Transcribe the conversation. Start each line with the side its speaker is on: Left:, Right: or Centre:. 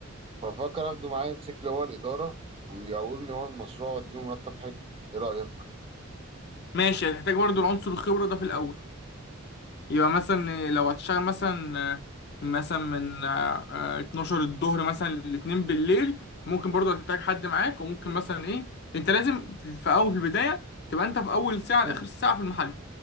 Right: بفكر اخده معايا يمسك لي هو الاداره ويقوم لي هو المشروع واديله مرتب حلو ايه رايك
Left: ماشي هتحتاج برضو العنصر الخبرة ده في الأول يبقى مثلا لو هتشتغل مثلا مثلا من آه، آه، 12 الظهر مثلا لاتنين بالليل ممكن برضو هتحتاج حد معاك وممكن مثلا إيه أنت لازم في أول في البداية تبقى أنت في أول ساعة
Right: مم.
Left: لآخر ساعة في المحل